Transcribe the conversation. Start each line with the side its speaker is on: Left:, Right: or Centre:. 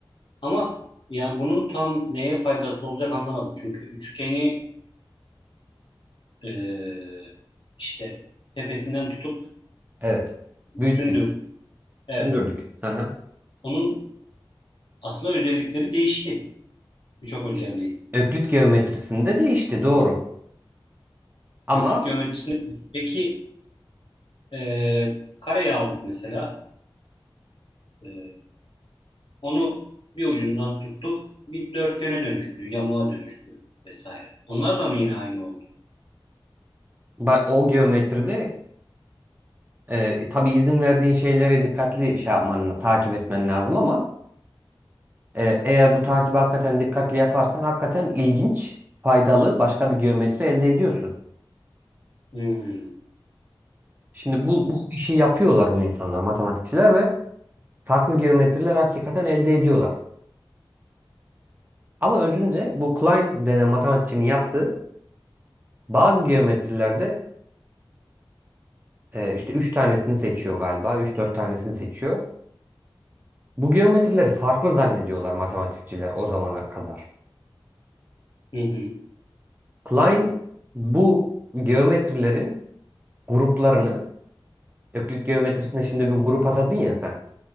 Left: Ama yani bunun tam neye faydası olacak anlamadım. Çünkü üçgeni e, işte tepesinden tutup
Right: Evet. Büyüttük.
Left: sündürdüm. Evet.
Right: Sündürdük. Hı hı.
Left: Onun aslında özellikleri değişti. Birçok özelliği.
Right: İşte. Öklit geometrisinde de işte doğru. Ama
Left: Köklük geometrisinde. Peki e, kareyi aldık mesela. E, onu bir ucundan tuttuk. Bir dörtgene dönüştü, yamuğa dönüştü vesaire. Onlar da mı yine aynı oldu?
Right: ba- o geometride e, tabii izin verdiğin şeylere dikkatli şey yapman, takip etmen lazım ama e, eğer bu takibi hakikaten dikkatli yaparsan hakikaten ilginç, faydalı başka bir geometri elde ediyorsun.
Left: Hmm,
Right: Şimdi bu,
Left: anladım.
Right: bu işi yapıyorlar bu insanlar, matematikçiler ve farklı geometriler hakikaten elde ediyorlar. Ama özünde bu Klein denen matematikçinin yaptığı bazı geometrilerde e, işte 3 tanesini seçiyor galiba. üç dört tanesini seçiyor. Bu geometrileri farklı zannediyorlar matematikçiler o zamana kadar.
Left: Hı hı,
Right: Klein bu geometrilerin gruplarını Öklit geometrisinde şimdi bir grup atadın ya sen.